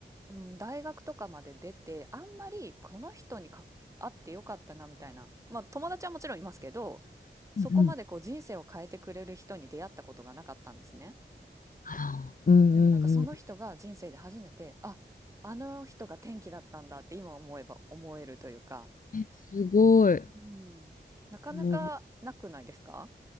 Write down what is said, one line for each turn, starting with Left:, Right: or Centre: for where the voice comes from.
Right: うん、大学とかまで出て、あんまりこの人にか会ってよかったなみたいな。まあ友達はもちろんいますけど、そこまでこう人生を変えてくれる人に出会ったことがなかったんですね。
Left: うんうん。はあうんうんうん。
Right: でもなんかその人が人生で初めて、あ、あの人が転機だったんだって今思えば思えるというか、
Left: え、すごい。
Right: うん、なかなかなくないですか
Left: うん、な